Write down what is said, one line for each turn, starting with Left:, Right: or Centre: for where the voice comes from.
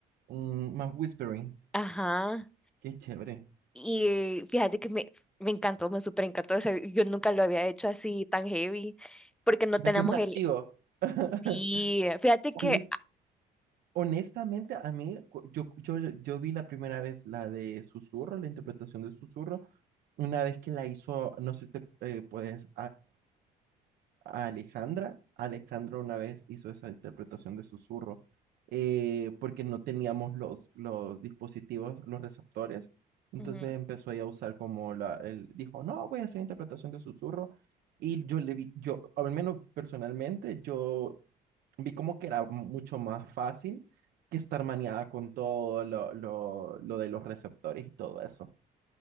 Right: mm, más whispering,
Centre: Ajá.
Right: qué chévere.
Centre: Y eh, fíjate que me, me encantó, me súper encantó. O sea, yo nunca lo había hecho así tan heavy, porque no
Right: Ya
Centre: tenemos
Right: que es más
Centre: el...
Right: chivo. <laughs>
Centre: Sí, fíjate que...
Right: Hones- honestamente, a mí, cu- yo, yo, yo vi la primera vez la de Susurro, la interpretación de Susurro, una vez que la hizo, no sé si te eh, puedes Alejandra. Alejandra una vez hizo esa interpretación de susurro eh, porque no teníamos los, los dispositivos, los receptores. Entonces
Centre: ujú,
Right: empezó ella a usar como la, el, dijo, no, voy a hacer interpretación de susurro. Y yo le vi, yo, al menos personalmente, yo vi como que era mucho más fácil que estar maniada con todo lo, lo, lo de los receptores y todo eso.